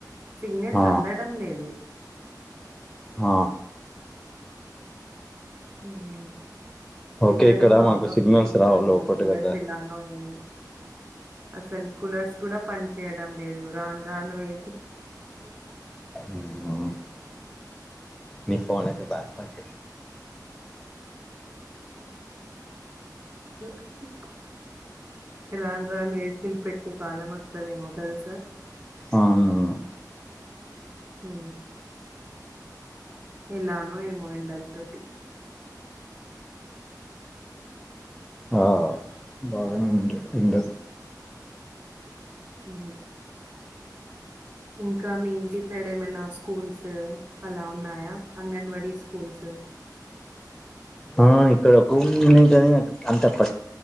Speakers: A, on the right; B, in the centre.
A: సిగ్నల్స్
B: ఆ
A: అందడం లేదు
B: ఆ
A: మ్మ్
B: ఓకే
A: ఎండలు
B: ఇక్కడ
A: బాగా
B: మాకు సిగ్నల్స్
A: కొడుతున్నాయి
B: రావు లోపట కదా
A: <unintelligible> అసలు కూలర్స్ కూడా పని చేయడం లేదు రాను రాను అయితే
B: మ్మ్ మీ ఫోన్ అయితే పాట్ పట్
A: <inaudible> రాన్ రాన్ ఏకిల్ పెట్టి కాలంక్తద ఏమోతుదా సార్
B: అ అవునవును
A: హ ఇలాను ఏమో ఇండంతతు
B: ఆ బాగానంట ఉంట
A: ఉ ఇంకా మీ ఇంటి సైడ్ ఏమైనా స్కూల్స్ అలా ఉన్నాయా అంగన్వాడీ స్కూల్స్
B: ఆ ఇక్కడకునీ అంత ప